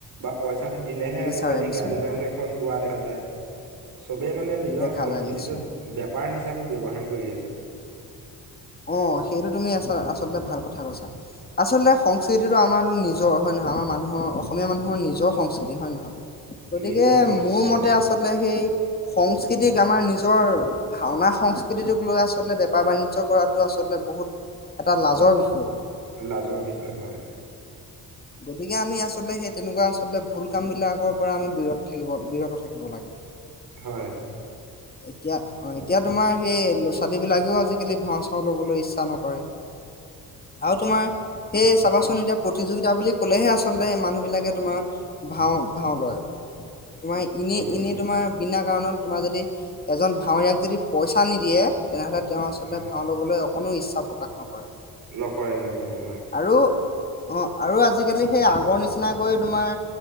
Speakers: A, on the right; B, on the left.
A: বা পইচা দি দিলেহে আজিকালি
B: বিচাৰে বিচাৰে
A: গায়ন বায়ন
B: হয়
A: পোৱা দেখা যায় চবেই মানে নিজৰ
B: দেখা
A: সংস্কৃতিটোৰ
B: যায় নিশ্চয়
A: বেপাৰ হিচাপে ব্যৱহাৰ কৰি আছে
B: অ সেইটো তুমি আচলতে ভাল কথা কৈছা। আচলতে সংস্কৃতিটো আমাৰো নিজৰ হয় নহয়? আমাৰ মান মানুহৰ অসমীয়া মানুহৰ নিজৰ সংস্কৃতি হয় নে নহয়? গতিকে
A: নিজৰ সংস্কৃতি
B: মোৰ মতে
A: হয়
B: আচলতে সেই সংস্কৃতিক আমাৰ নিজৰ ভাওনা সংস্কৃতিটোক লৈ আচলতে বেপাৰ বাণিজ্য কৰাত টো আচলতে বহুত এটা লাজৰ বিষয়ে
A: লাজৰ বিষয় হয়
B: গতিকে আমি আচলতে সেই তেনেকুৱা আচলতে ভুল কাম বিলাকৰ পৰা আমি বিৰত থাকিব বিৰত থাকিব লাগে
A: হয়
B: এতিয়া অ এতিয়া তোমাৰ সেই ল'ৰা ছোৱালী বিলাকেও আজিকালি ভাও ল'বলৈ ইচ্ছা নকৰে কৰে আৰু তোমাৰ সেই চাবাচোন এতিয়া প্ৰতিযোগিতা বুলি কলেহে আচলতে মানুহবলাকে তোমাৰ ভাও ভাও লয় তোমাৰ ইনে
A: লয়
B: ইনে
A: হয়
B: তোমাৰ বিনা কাৰণত তোমাৰ যদি এজন ভাওৰীয়াক যদি পইচা নিদিয়ে তেনেহলে তেওঁ আচলতে
A: হয়
B: ল'বলে অকণো ইচ্ছা প্ৰকাশ নকৰে
A: নকৰে নকৰে হয়
B: আৰু অ আৰু আজিকালি সেই আগৰ নিচিনাকৈ তোমাৰ